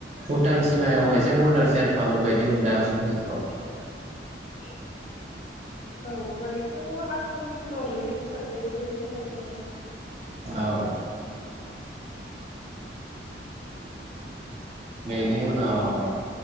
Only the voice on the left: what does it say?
ए औ मायथ' थामाव गोलैयो होननानै बुंनाय खोनायासै आरो